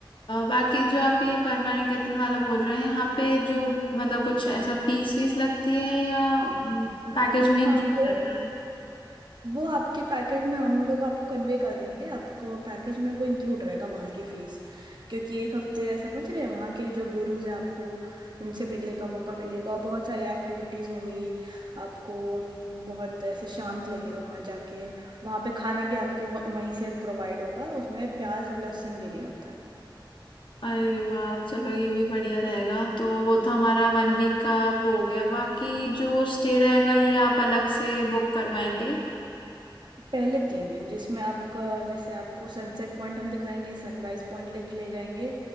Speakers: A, on the left; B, on the right.
A: बाकी जो आप ये परमानिकेतन वाला बोल रहे हैं यहाँ पे जो मतलब कुछ ऐसा फीस वीस लगती है या पैकेज में इंक्लूड
B: हाँ वो
A: रहता है
B: वो आपके पैकेज में हम लोग आपको कन्वे कर देंगे आपको पैकेज में वो इंक्लूड रहेगा वहाँ की फीस क्योंकि एक हफ्ते समझ रहे हैं वहाँ के जो गुरुज हैं आपको उनसे मिलने का मौका मिलेगा और बहुत सारी एक्टिविटीज़ होंगी आपको बहुत ऐसे शांत लगेगा वहाँ जाके वहाँ पे खाना भी आपको व- वहीं से प्रोवाइड होगा उसमें प्याज और लहसुन भी नहीं होता है
A: अरे वाह चलो ये भी बढ़िया रहेगा तो वो तो हमारा वन वीक का वो हो गया बाकी जो स्टे रहेगा ये आप अलग से बुक करवाएंगे
B: पहले तीन दिन जिसमें आपका जैसे आपको सनसेट पॉइंट हम दिखाएंगे सनराइज पॉइंट ले ले जाएंगे